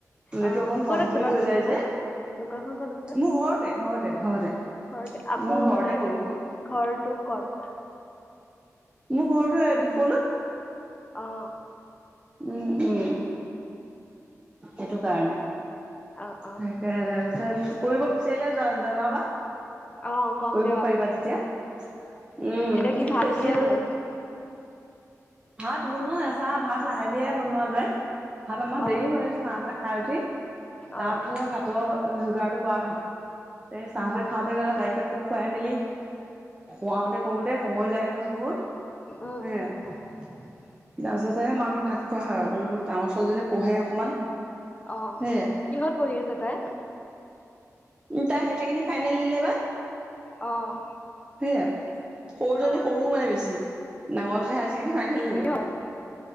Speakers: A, on the right (about 15°); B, on the left (about 25°).
A: চুলিটো
B: অ
A: অকন
B: ক'ত
A: কমজুৰি
B: আছে বাৰু
A: হৈ
B: দোকানখন
A: যায় যে।
B: দোকানখন ক'ত আছে?
A: মোৰ ঘৰতে-ঘৰতে-ঘৰতে,
B: ঘৰতে আপোনাৰ
A: মই ঘৰতে
B: মানে
A: কৰো মই
B: ঘৰটো ক'ত?
A: মোৰ ঘৰতো এই ডিফলোত
B: অ'।
A: উম, উম। সেইটো কাৰণে,
B: অ অ
A: সেই তাৰপিছত কৰিব বিচাৰিলে জনাবা।
B: অ কম
A: কৰিব
B: দিয়ক আপোনাৰ
A: পাৰিবা তেতিয়া, উম,
B: এতিয়া কি
A: এ
B: ভাত
A: ফেচিয়েল
B: কিহে বনাইছে
A: ভাত বনোৱা আছে আমাৰ ভাত লাহে-ধিৰে বনোৱা যায়, ভাত আমাৰ
B: অ
A: দেৰি হৈ চাহ-তাহ খাই উঠি তাৰ
B: অ
A: পিছত ভাত ভাতৰ‌ যোগাৰটো কৰা হয়, তে চাহ-তাহ
B: উম
A: খাওঁতে
B: উম
A: <unintelligible> তাইক‌ আকৌ খুৱাই মেলি খুৱাওঁ‌‍‌‍তে কৰোঁতে সময় যায় নহয় বহুত
B: উম
A: সেয়া তাৰপিছত‌হে আমি ভাত খোৱা হয়, আৰু ডাঙৰ ছোৱালীজনী পঢ়ে অকণমান।
B: অ',
A: সেয়া
B: কিহত পঢ়ি আছে তাই?
A: তাই হায়াৰ ছেকেণ্ডেৰি ফাইনেল দিলে এইবাৰ।
B: অ'।
A: সেইয়া, সৰুজনী
B: অ',
A: সৰু মানে বেছি, ডাঙৰজনী হায়াৰ ছেকেণ্ডাৰী ফাইনেল দিলে।
B: বেছি হৈ আছে